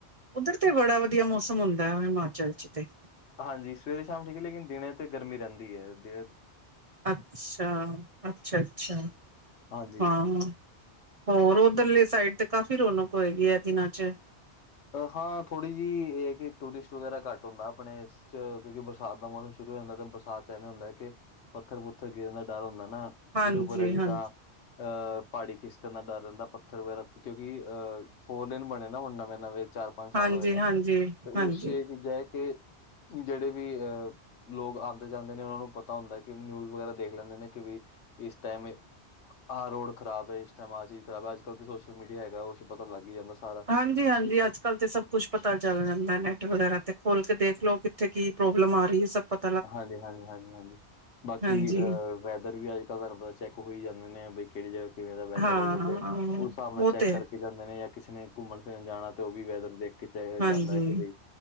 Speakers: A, on the right; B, on the left.
A: ਉਧਰ ਤੇ ਬੜਾ ਵਧੀਆ ਮੌਸਮ ਹੁੰਦੈ, ਹਿਮਾਚਲ ਚ ਤੇ
B: ਹਾਂਜੀ ਸਵੇਰੇ-ਸ਼ਾਮ ਠੀਕ ਹੈ ਲੇਕਿਨ ਦਿਨੇ ਤੇ ਗਰਮੀ ਰਹਿੰਦੀ ਹੈ। ਦਿਨ
A: ਅੱਛਾ, ਅੱਛਾ-ਅੱਛਾ
B: ਹਾਂਜੀ
A: ਹਾਂ? ਹੋਰ ਉੱਧਰਲੇ ਸਾਈਡ ਤੇ ਕਾਫ਼ੀ ਰੌਣਕ ਹੋਏਗੀ ਐ ਦਿਨਾਂ ਚ?
B: ਹਾਂ ਥੋੜ੍ਹੀ ਜਿਹੀ ਇਹ ਹੈ ਕਿ ਟੂਰਿਸਟ ਵਗੈਰਾ ਘੱਟ ਹੁੰਦਾ ਆਪਣੇ ਚ ਕਿਉਂਕਿ ਬਰਸਾਤ ਦਾ ਮੌਸਮ ਸ਼ੁਰੂ ਹੋ ਜਾਂਦਾ ਤੇ ਬਰਸਾਤ ਚ ਐਵੇਂ ਹੁੰਦਾ ਹੈ ਕੇ ਪੱਥਰ ਪੁੱਥਰ ਗਿਰਨ ਦਾ ਡਰ ਹੁੰਦਾ ਨਾ
A: ਹਾਂਜੀ
B: ਉਰੇ ਪਰੇ ਜਿੱਦਾਂ
A: ਹਾਂਜੀ
B: ਅਹ ਪਹਾੜੀ ਖਿਸਕਣ ਦਾ ਡਰ ਰਹਿੰਦਾ ਪੱਥਰ ਵਗੈਰਾ ਕਿਉਂਕਿ ਅਹ ਫੋਰ ਲੇਨ ਬਣੇਆ ਨਾ ਹੁਨ ਨਵੇਂ-ਨਵਚਾਰ ਪੰਜ ਸਾਲ
A: ਹਾਂਜੀ
B: ਹੋਏ ਨੇ
A: ਹਾਂਜੀ ਹਾਂਜੀ
B: ਤੇ
A: ਹਾਂਜੀ
B: ਉਸ ਚ ਇਹ ਚਜ ਕਿ, ਜਿਹੜੇ ਵੀ ਅਹ- ਲੋਕ ਆਉਂਦੇ ਜਾਂਦੇ ਨੇ, ਉਹਨਾਂ ਨੂੰ ਪਤਾ ਹੁੰਦਾ ਕਿ ਨਿਊਜ਼ ਵਗੈਰਾ ਦੇਖ ਲੈਂਦੇ ਨੇ ਕਿ ਬਈ ਇਸ ਟਾਈਮ ਆਹ ਰੋਡ ਖਰਾਬ ਹੈ ਇਸ ਟਾਈਮ ਆਹ ਚੀਜ਼ ਖਰਾਬ ਹੈ ਅੱਜ ਕੱਲ ਤੇ ਸੋਸ਼ਲ ਮੀਡੀਆ ਹੈਗਾ ਉਹ ਪਤਾ ਲੱਗ ਹੀ ਜਾਂਦਾ ਸਾਰ
A: ਹਾਂਜੀ ਹਾਂਜੀ ਅੱਜ ਕੱਲ੍ਹ ਤੇ ਸਭ ਕੁਛ ਪਤਾ ਚੱਲ ਜਾਂਦਾ ਨੈੱਟ ਵਗੈਰਾ ਤੇ ਖੋਲ ਕੇ ਦੇਖਲੋ ਕਿ ਉੱਥੇ ਕੀ ਪ੍ਰੋਬਲਮ ਆ ਰਹੀ ਹੈ ਸਭ ਪਤ
B: ਹਾਂਜੀ, ਹਾਂਜੀ, ਹਾਂਜੀ, ਹਾਂਜੀ ਬਾਕੀ
A: ਹਾਂਜੀ
B: ਐ ਵੈਦਰ ਵੀ ਅੱਜਕੱਲ ਤੁਹਾਨੂੰ ਪਤਾ ਚੈੱਕ ਹੋ ਹੀ ਜਾਂਦੇ ਨੇ ਬਈ ਕਿਹੜ ਜਗ੍ਹਾ ਕਿਵੇਂ ਦਾ ਵੈਦਰ
A: ਹਾਂ
B: ਐ, ਬੰਦੇ ਉਸ ਹਿਸਾਬ ਨਾਲ
A: ਉਹ
B: ਚੈੱਕ
A: ਤੇ
B: ਕਰਕੇ
A: ਹੈ।
B: ਜਾਂਦੇ ਨੇ ਜਾਂ ਕਿਸੇ ਨੇ ਘੁੰਮਣ ਫਿਰਨ ਜਾਣਾ ਤੇ ਉਹ ਵੀ ਵੈਦਰ ਦੇਖ ਕਿਤੇ ਜਾਂਦਾ ਅ
A: ਹਾਂਜੀ
B: ਜਾਂਦਾ ਕਿ ਬੀ